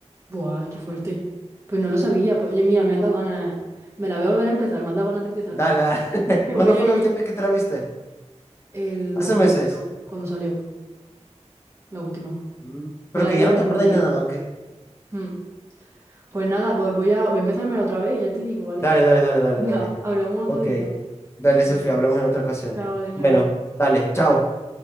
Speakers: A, on the right (about 25°); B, on the left (about 20°).
A: Buah, qué fuerte. Pues no lo sabía. Pues, oye, mira, me han dado ganas, me la voy a volver a empezar, me ha dado ganas de empezármela.
B: Dale, dale.
A: <laughs> Que
B: <laughs> ¿Cuándo
A: voy a
B: fue
A: ir
B: la última vez que te la viste?
A: el,
B: Hace
A: pues cuando
B: meses.
A: salió, cuando salió, la última.
B: Mm. Pero
A: Me la
B: que
A: he
B: ya
A: ido
B: no
A: viendo
B: te acuerdas
A: el día.
B: ni de nada, ¿o qué?
A: Mm. Pues nada, pues voy a, voy a empezármela otra vez y ya te digo, ¿vale?
B: Dale, dale, dale, dale,
A: Venga,
B: dale.
A: hablamos otro
B: Ok.
A: día.
B: Dale,
A: Vale.
B: Sofía, hablamos en otra ocasión.
A: Chao, Adrián.
B: Bueno, dale, chao.